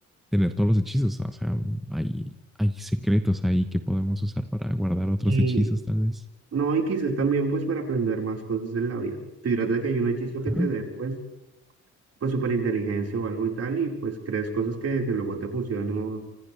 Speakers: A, in the centre; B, on the right.
A: Tener todos los hechizos, o sea, hay, hay secretos ahí que podemos usar para guardar otros
B: Y
A: hechizos tal vez.
B: No, y quizás también pues para aprender más cosas en la vida. Fíjate de que hay un hechizo que
A: Ajá.
B: te dé pues, pues inteligencia o algo y tal, y pues crees cosas que, que luego te funcionan. o-